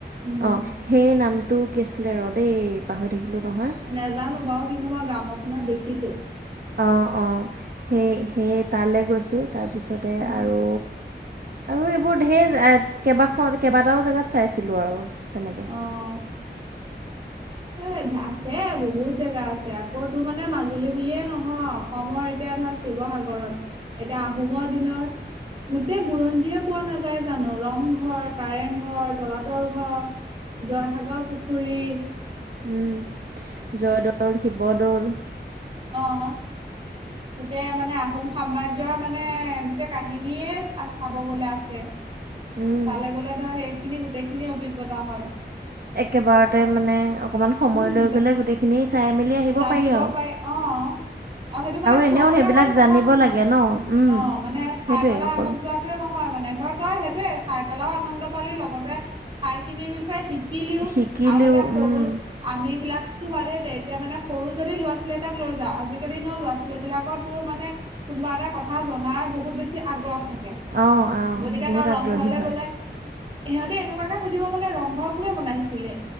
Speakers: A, on the right; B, on the right.
A: উম।
B: অ',। সেই নামটো কি আছিলে, ৰ দেই। পাহৰি থাকিলোঁ নহয়।
A: নাজানোঁ বাৰু, কিন্তু মই গ্ৰামফোনত দেখিছোঁ।
B: অ', অ', সেই সেই তালৈ গৈছোঁ, তাৰপিছতে
A: উম,
B: আৰু আৰু এইবোৰ ঢেৰ কেইবাখন, কেইবাটাও জেগাত চাইছিলোঁ আৰু তেনেকৈ।
A: অ' এ আছে, বহুত জেগা আছে। আকৌ তোৰ মানে মাজুলী বুলিয়ে নহয়, অসমৰ এতিয়া ধৰ শিৱসাগৰত, এতিয়া আহোমৰ দিনৰ গোটেই বুৰঞ্জীয়ে পোৱা নাযায় জানোঁ। ৰংঘৰ, কাৰেংঘৰ, তলাতল ঘৰ, জয়সাগৰ পুখুৰী
B: উম্, জয়দৌল, শিৱদৌল
A: অ'। গোটেই মানে আহোম সাম্ৰাজ্যৰ মানে গোটেই কাহিনীয়ে চাব গ'লে আছে।
B: উম।
A: তালৈ গ'লে ধৰ, সেইখিনি গোটেইখিনি অভিজ্ঞতা হয়।
B: একেবাৰতে
A: আকৌ
B: মানে অকণমান সময়
A: উম
B: লৈ গ'লে, গোটেইখিনি চাই মেলি আহিব
A: জানিব
B: আৰু।
A: পাৰি, অ'। আৰু সেইটো মানে চোৱাটোৱে
B: এনেও সেইবিলাক
A: অকল কথা
B: জানিব
A: নহয়,
B: লাগে ন উম।
A: অ মানে চাই
B: সেইটোৱে
A: পেলাই
B: অকল
A: আমোদ লোৱা টোৱে নহয় মানে ধৰ তই সেইটোৱে চাই পেলাইও আনন্দ পালি লগতে ঠাইখিনিৰ বিষয়ে শিকিলিও
B: শিকিলেও
A: আৰু এতিয়া সৰু
B: উম।
A: আমিবিলাকতো বাদে দে এতিয়া মানে সৰু যদি ল'ৰা - ছোৱালী এটাক লৈ যাওঁ, আজিকালি ন ল'ৰা- ছোৱালীবিলাকটো মানে কোনোবা এটা কথা জনাৰ বহুত বেছি আগ্ৰহ থা কে,
B: অ', অ',
A: গতিকে
B: বহুত
A: তেওঁ
B: আগ্ৰহী
A: ৰংঘৰলে
B: হয়
A: গলে সিহঁতে এনেকুৱাকে সুধিব মানে ৰংঘৰ কোনে বনাইছিলে?